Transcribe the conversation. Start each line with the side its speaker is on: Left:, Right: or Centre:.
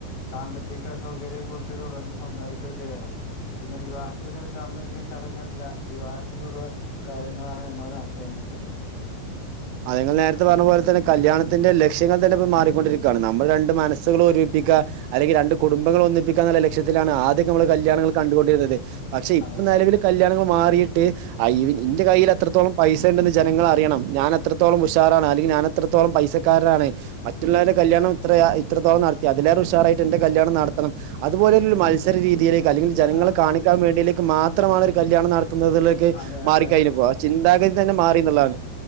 Left: സാമ്പത്തിക സൗകര്യെ കുറിച്ച് തുടർന്ന് സംസാരിക്കുകയും ചെയ്യണം പിന്നെ വിവാഹത്തിലെ സാമ്പത്തിക ചടങ്ങല്ല വിവാഹത്തിള്ള കാര്യങ്ങളാണ്. ഞമ്മൾ നടത്തേണ്ടിയിരിക്കുന്നത്. ഉം
Right: അത്ങ്ങൾ നേരത്തെ പറഞ്ഞ പോലെ തന്നെ കല്യാണത്തിന്റെ ലക്ഷ്യങ്ങൾ തന്നെ ഇപ്പോ മാറിക്കൊണ്ടിരിക്കുകയാണ്. നമ്മൾ രണ്ടും മനസ്സുകൾ ഒരുമപ്പിക്കുക. അല്ലെങ്കിൽ രണ്ട് കുടുംബങ്ങൾ ഒന്നിപ്പിക്കുക. ത്തിലാണ് ആദ്യം നമ്മൾ കല്യാണങ്ങൾ കണ്ടുകൊണ്ടിരുന്നത്. പക്ഷെ ഇപ്പൊ
Left: അതെ
Right: നിലവിൽ കല്യാണങ്ങ മാറിട്ട്ന്റെ കയ്യിൽ എത്രത്തോളം പൈസ ഉണ്ടെന്ന്. ജനങ്ങൾ അറിയണം ഞൻ എത്രത്തോളം ഉഷാറാണ് അല്ലെങ്കിൽ ഞാൻ എത്രത്തോളം പൈസക്കാരാണ്. മറ്റുള്ളവരുടെ കല്യാണം. ത്ര എത്രത്തോളം നടത്തിയ അതി വല്ല ഉഷാറായിട്ട് എന്റെ കല്യാണം നടത്തണം. അതുപോലെ ഒരു മത്സരീതിയിലേ അല്ലെങ്കിൽ ജനങ്ങളെ
Left: ആ
Right: കാണിക്കാൻ വേണ്ടിയിലേക്ക് മാത്രമാണ് ഒരു കല്യാണം നട തുന്നതിലേക്കെ
Left: അതെ
Right: മാറിക്കഴിഞ്ഞു
Left: അതെ
Right: പോ ചിന്താഗതി തന്നെ മാറി എന്നുള്ളതാണ്.